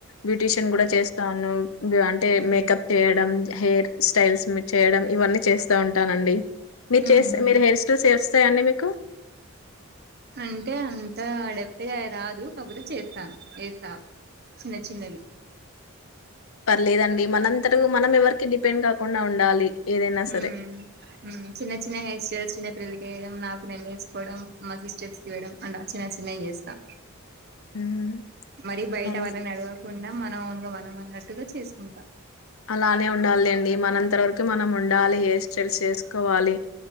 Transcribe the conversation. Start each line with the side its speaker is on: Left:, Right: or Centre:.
Left: బ్యూటీషియన్ కూడా చేస్తాను ఉమ్ అంటే
Right: ఉమ్
Left: మేకప్ చేయడ్ హెయిర్ స్టైల్స్ చేయడం ఇవన్నీ చేస్తా ఉంటానండి మీరు చేస్
Right: ఉహు
Left: మీరు హెర్స్ టు సేఫ్స్ వస్తాయండి మీకు
Right: అంటే అంత అడెప్పగా రాదు కాకపోతే చేస్తాను వేస్తా చిన్న చిన్నవి
Left: పర్లేదండి మనంత మనంవరికి డిపెండ్ కా కుండా ఉండాలి ఏదైనా సరే.
Right: ఉమ్ హుమ్ చిన్న చిన్న హెయిర్ స్టల్ చిన్న పెళ్లికి యేయిడం నాకు నేను వేసుకోవడం మా సిస్టెర్స్ వేయడం అంటే చిన్న చిన్నవి చేస్తాను
Left: హ్మ్.
Right: మరి బయట
Left: హ్మ్.
Right: ఎవరిని అడవకుండా మన ఓన్ మనం అన్నట్టుగా చేసుకుంటాం
Left: అలానే ఉండాలెండి మనంత వరకు మనం ఉండాలి హెయిర్ స్టైల్స్ చేసుకోవాలి.